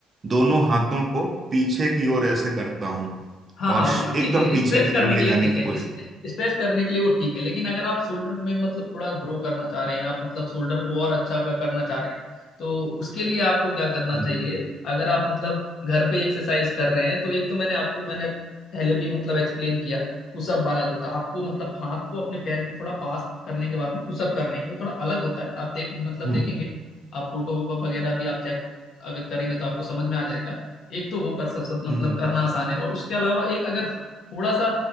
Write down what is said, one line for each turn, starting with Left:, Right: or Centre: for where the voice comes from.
Right: दोनों हाथों को पीछे की ओर ऐसे करता हूँ
Left: हाँ
Right: और
Left: हाँ
Right: श-
Left: वो
Right: एकदम
Left: ठीक है
Right: पीछे
Left: स्ट्रेच
Right: की
Left: करने
Right: तरफ ले
Left: के लिए
Right: जाने
Left: ठीक
Right: की
Left: है
Right: कोशिश
Left: स्ट्रेच करने के लिए वो ठीक है लेकिन अगर आप शोल्डर में मतलब थोड़ा ग्रो करना चाह रहे हैं आप मतलब शोल्डर को और अच्छा का करना चाह रहे हैं तो उसके लिए आपको क्या करना
Right: हम्म
Left: चाहिए अगर आप मतलब घर पे एक्सरसाइज कर रहे हैं तो एक तो मैंने आपको मैंने पहले भी मतलब एक्सप्लेन किया पुशअप वाला जो था आपको मतलब हाथ को अपने पैर के थोड़ा पास करने के बाद में पुशअप करने हैं वो थोड़ा अलग होता है आप देख मतलब
Right: हम्म
Left: देखेंगे आप फोटो वगैरह भी आप चेक अगर करेंगे तो आपको समझ में आ जाएगा एक तो वो कर सब सब मतलब
Right: हम्म हम्म
Left: करना आसान है और उसके अलावा एक अगर थोड़ा सा